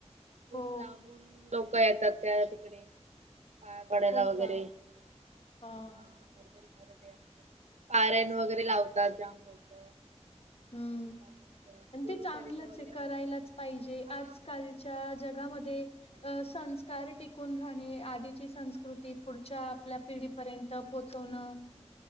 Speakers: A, on the right; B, on the left.
A: खूप
B: हो
A: लांबून लोक येतात त्या तिकडे पाया पडायला
B: हो
A: वगैरे
B: का
A: ह
B: हा
A: रबरदी असत पारन वगैरे लावतात जाम लोक
B: हम्म
A: स्वामींच
B: आणि
A: गुरुचरित्र
B: ते चांगलंच
A: वगैरे
B: आहे
A: वाचतात.
B: करायलाच पाहिजे
A: हा
B: आजकाल च्या जगामध्ये अ संस्कार टिकून राहणे आधची संस्कृती पुढच्या आपल्या पिढी पर्यंत पोहो